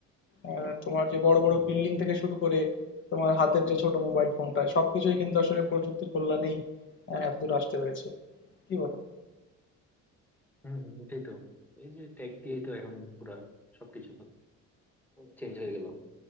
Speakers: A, on the left; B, in the centre.
A: আহ, তোমার যে বড় বড়
B: হম
A: বিল্ডিং
B: হম
A: থেকে শুরু করে তোমার হাতের যে ছোট মোবাইল ফোনটা সবকিছুই কিন্তু আসলে প্রযুক্তির কল্যাণেই আহ, এতদূর আসতে পেরেছে কি বলো
B: হম হম ওটাই তো এই যে টেক দিয়েই তো এখন পুরা সবকিছু চেঞ্জ হয়ে গেল